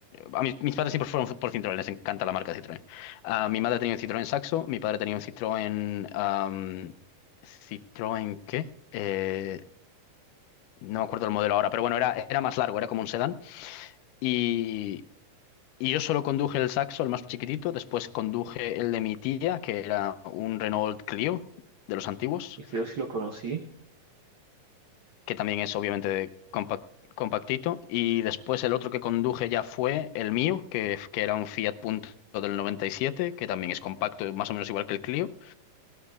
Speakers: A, on the left; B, on the right.
A: A mis, mis padres siempre fueron por Citroën, les encanta la marca Citroën. Ah, mi madre tenía un Citroën Saxo, mi padre tenía un Citroën. am, ¿Citroën qué? Eh, no me acuerdo el modelo ahora, pero bueno, era, era más largo, era como un sedán. Y, y yo solo conduje el Saxo, el más chiquitito, después conduje el de mi tía, que era un Renault Clio de los antiguos,
B: el que yo sí lo conocí.
A: que también es obviamente de compact- compactito. Y después el otro que conduje ya fue el mío, que, que era un Fiat Punto del 97, que también es compacto, más o menos igual que el Clio.